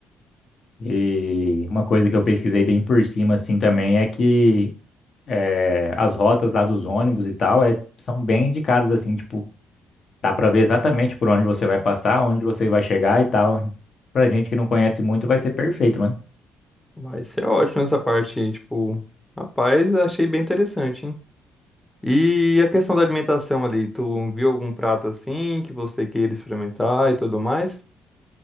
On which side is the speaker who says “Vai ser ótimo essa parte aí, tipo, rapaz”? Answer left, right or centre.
Centre